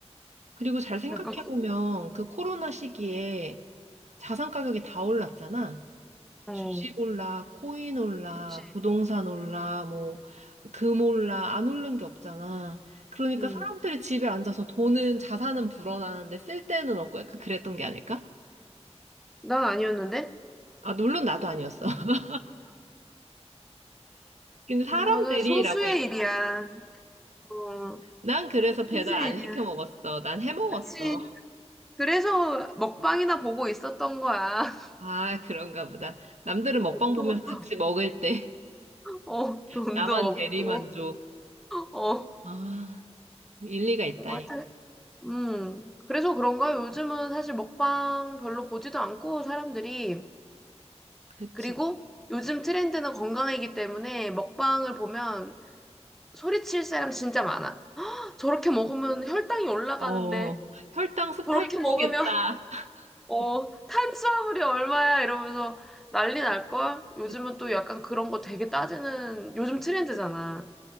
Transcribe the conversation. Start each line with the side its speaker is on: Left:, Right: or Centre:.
Right: 그리고 잘 생각해보면
Centre: 약간 그,
Right: 그 코로나 시기에 자산 가격이 다 올랐잖아.
Centre: 어,
Right: 주식 올라, 코인 올라,
Centre: 그치.
Right: 부동산 올라, 뭐, 금 올라, 안 오른 게 없잖아. 그러니까
Centre: 음,
Right: 사람들이 집에 앉아서 돈은, 자산은 불어나는데 쓸 데는 없고 약간 그랬던 게 아닐까?
Centre: 난 아니었는데?
Right: 아, 물론 나도 아니었어. <laughs> 근데 사람들이라고
Centre: 그거는 소수의 일이야. 어,
Right: 난 그래서
Centre: 소시지야.
Right: 배달 안 시켜 먹었어. 난 해 먹었어.
Centre: 그치. 그래서 먹방이나 보고 있었던 거야. <laughs>
Right: 아, 그런가 보다. 남들은 먹방 보면서
Centre: 돈도,
Right: 같이 먹을 때
Centre: 어,
Right: <laughs>
Centre: 돈도
Right: 나만
Centre: 없고,
Right: 대리만족.
Centre: 어, 어,
Right: 아, 뭐 일리가 있다잉.
Centre: 하여튼, 음. 그래서 그런가 요즘은 사실 먹방 별로 보지도 않고 사람들이.
Right: 그치.
Centre: 그리고 요즘 트렌드는 건강이기 때문에 먹방을 보면 소리칠 사람 진짜 많아. <gasps> 저렇게 먹으면 혈당이 올라가는데,
Right: 어, 혈당 스파이크
Centre: 저렇게 먹으면
Right: 오겠다.
Centre: 어,
Right: <laughs>
Centre: 탄수화물이 얼마야? 이러면서 난리 날걸? 요즘은
Right: 그치.
Centre: 또 약간 그런 거 되게 따지는 요즘 트렌드잖아.